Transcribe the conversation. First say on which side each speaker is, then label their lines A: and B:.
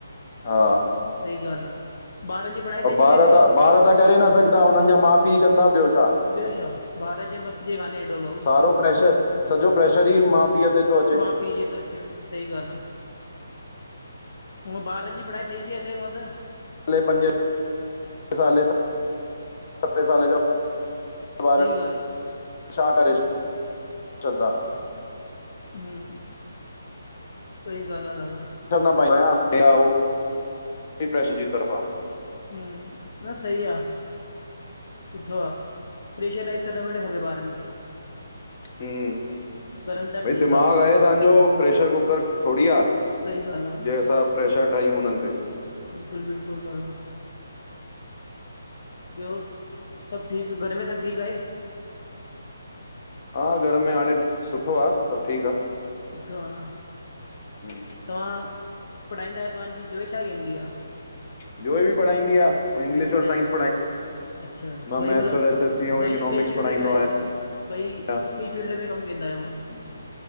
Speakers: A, on the left; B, on the left.
A: हा
B: सही ॻाल्ह आ, ॿारन जी पढ़ाई सही थी
A: ॿार
B: हले
A: त ॿार त करे न सघदा, हुननि जा माउ पीउ कंदा ॿियो छा?
B: ॿियो छा? ॿारन जे मस जी कान्हे हेॾो भाऊ,
A: सारो प्रेशर सॼो प्रेशर ई माउ पीउ ते, थो अचे
B: माउ पीउ जे तो अची वञे सही ॻाल्हि आ, हूअ ॿारनि जी पढ़ाई सही ती हले, उअं त,
A: पंज साल सत साले ज <unintelligible>
B: सही ॻाल्हि
A: छा
B: आहे
A: करे श्रधा
B: हा
A: <unintelligible>
B: हम्म- सही ॻाल्हि आ दादा,
A: छ प या ड्रे जी <unintelligible>
B: हं न सही आ, सुठो आ, प्रेशराइज़ करणु भी न खपे ॿारनि खे,
A: हम्म,
B: जीअं करनि था
A: भई
B: ठीकु
A: दिमाग़ु
B: भाऊ
A: आहे असांजो प्रेशर कुकर थोड़ी आ,
B: सही ॻाल्हि
A: जे असां प्रेशर ठाहियूं हुननि ते।
B: बिल्कुलु- बिल्कुलु दादा। ॿियो सभु ठीकु घर में सभु ठीकु आहे?
A: हा घर में हाणे सुठो आ, सभु ठीकु आ।
B: सुठो आ न।
A: हम्म <inaudible>
B: तव्हां पढ़ाईंदा आहियो, तव्हांजी जोइ छा कंदी आ?
A: जोए बि पढ़ाईंदी आ। उह
B: अच्छा
A: इंग्लिश
B: उ बि पढ़ाईंदी
A: और साइंस
B: आ, अच्छा
A: मां
B: बई
A: मैथ्स
B: मतलब
A: और एस एस टी ऐं
B: बई
A: इकोनॉमिक्स
B: हिकई फील्ड
A: पढ़ाईंदो
B: में आयो मतलब। भई
A: आहियां
B: हिक ई फील्ड में कम केंदा आयो मतलब,